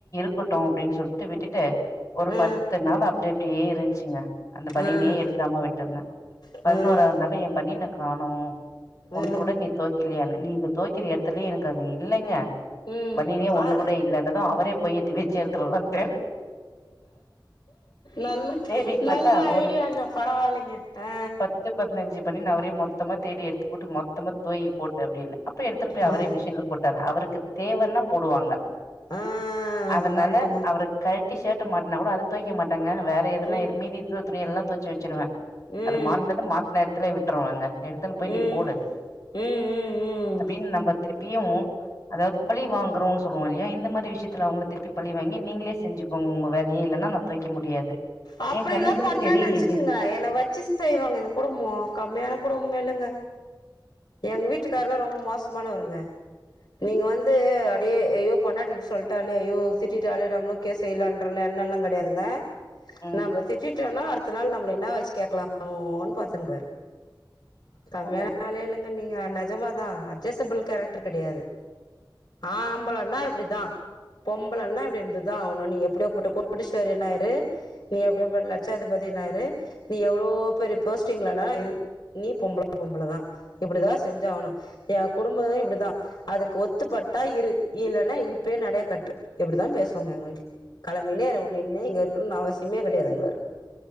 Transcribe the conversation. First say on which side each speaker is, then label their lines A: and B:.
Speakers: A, on the left (about 35°); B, on the left (about 60°).
A: இருக்கட்டு அப்டின் சொல்ட்டு விட்டுட்டு ஒரு
B: ஆ
A: பத்து நாள் அப்டி அப்டியே இருந்துச்சுங்க அந்த பனினே
B: ஆ
A: எடுக்காம விட்டுருந்த
B: ம்
A: பதினோராாவது நாள் எ பனின காணோ ஒண்ணு
B: ம்
A: கூட நீ தொவைக்கிலியானு நீங்க தொவிக்குற எடத்துலயு எனக்கு அங்க இல்லங்க
B: ம்
A: பணினே ஒண்ணு
B: ஆ
A: கூட இல்லன்னது அவரே போய் திவெச்சு எடுத்துட்டு வரலான்டு
B: நல்ல
A: தே தேடிப்பாத்தா
B: நல்ல
A: ஒரு
B: ஐடியாங்க பரவாயில்லைங்க ஆ
A: பத்து பதினஞ்சு பணின அவரே மொத்தமா தேடி எடுத்து போட்டு மொத்தமா தொவக்கி போட்டு அப்டின்னு அப்ப எடுத்துன் போய் அவரே
B: ஆ
A: மிஷின்ல போட் டாரா அவருக்கு தேவன்னா போடுவாங்க
B: ஆ
A: அதனால
B: கரெக்ட்டுங்க
A: அவரு கழ் டி ஷோட்ட மாட்னா கூட அத தொவிக்க மாட் டாங்க வேற எதனா
B: ம்
A: மீதி இருக்குற துணிய எல்லா தொவச்சு வெச்சுருவ
B: ம்
A: அது மாட்னது மாட்ன எடத்துலயே விட்டுருவங்க எடுத்துன் போய் நீ
B: ம்
A: போடு
B: ம் ம் ம்
A: அப்டின் நம்ப திருப் பியவு அதாவது பழி வாங்குறோனு சொல்லுவோ இல்லயா இந்த மாரி விஷயத்ல அவங்ள திருப்பி பழி வாங்கி நீங்ளே செஞ்சிக்கோங்க உங்க வேலய இல்லன நா தொவைக்க முடியாது
B: அப்டிலா
A: என் கண்ணுக்கு
B: பண்ணேனு
A: தெரியலீங்க
B: நினச்சுக்கங்க என்ன வச்சு செய்வாங்க இந்த குடும்ப கம்மியான குடும்ப இல்ல ங்க எங்க வீட்டுக்காரெல்லா ரொம்ப மோசமான வருங்க நீங்க வந்து அப்டியே ஐயோ பொண்டாட்டி இப்டி சொல்டாலே ஐயோ திட்டிட்டாலே நம்மளு கேஸே இல்லன்ற எண்ண எல்லா கிடயாதுங்க
A: ம்
B: நமஸே <unintelligible> தினொ அடுத்த நாள் நம்ள என்னா வச்சு கேக்கலானு பாத்துனு இருப்பாரு கம்மியான
A: ஓ
B: ஆலே இல்லங்க நீங்க நெஜமாதா அட்ஜஸ்புல் கேரக்டர் கெடயாது ஆம்பளனா இப்டிதா பொம்பளனா இப்டி இதுதா நீ எப்டியா பட்ட கோடிஸ்வரின இரு நீ எப்டியா பட்ட லட்சாதிபதினா இரு என்ன நீ எவ்ளோ பெரிய போஸ்டிங்லன இரு நீ பொம்பள பொம்பள தா இப்டிதா செஞ்சாவணு எ குடும்ப இப்டிதா அதுக்கு ஒத்துப்பட்டா இரு இல்லனா இப்பயே நடய கட்டு இப்டிதா பேசுவாங்க எங்க வீட்ல கிளம்பினே இரு இங்க இருக்கணும்னு அவசியமே கெடயாதுன்னுவாரு